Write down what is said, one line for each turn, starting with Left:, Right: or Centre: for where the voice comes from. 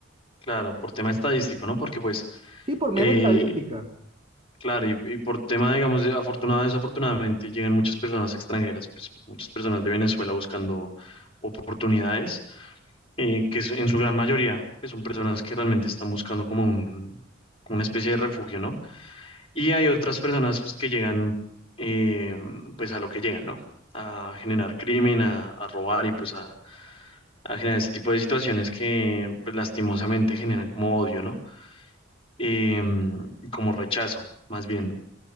Left: claro, por tema estadístico, ¿no? Porque pues,
Right: Sí, por mera
Left: eh,
Right: estadística,
Left: claro, y, y por tema, digamos, de afortunada, desafortunadamente, llegan muchas personas extranjeras, pues muchas personas de Venezuela buscando oportunidades eh, que es- en su gran mayoría pues, son personas que realmente están buscando como un, como una especie de refugio, ¿no? Y hay otras personas pues, que llegan eh, pues a lo que llegan, ¿no? A generar crimen, a, a robar y pues a, a generar este tipo de situaciones que pues, lastimosamente generan como odio, ¿no? Eh, y como rechazo, más bien.